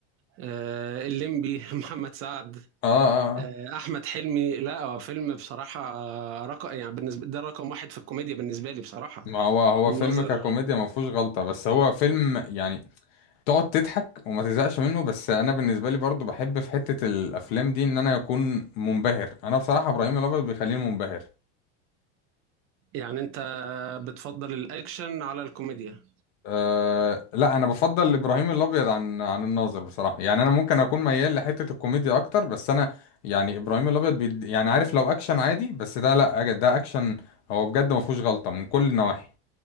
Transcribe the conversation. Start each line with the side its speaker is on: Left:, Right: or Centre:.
Right: آه، الليمبي <laughs> محمد سعد
Left: اه آه.
Right: آه، أحمد حلمي لا هو فيلم بصراحة رقم يعني بالنسبة ده رقم واحد في الكوميديا بالنسبة لي بصراحة
Left: ما هو هو
Right: الناظر
Left: فيلم ككوميديا ما فيهوش غلطة بس هو فيلم يعني تقعد تضحك وما تزهقش منه بس انا بالنسبه لي برضو بحب في حته الافلام دي ان انا اكون منبهر انا بصراحه ابراهيم الابيض بيخليني منبهر
Right: يعني انت بتفضل الاكشن على الكوميديا
Left: أه لا انا بفضل ابراهيم الابيض عن عن الناظر بصراحه يعني انا ممكن اكون ميال لحته الكوميديا اكتر بس انا يعني ابراهيم الابيض بيد... يعني عارف لو اكشن عادي بس ده لا ده اكشن هو بجد ما فيهوش غلطه من كل النواحي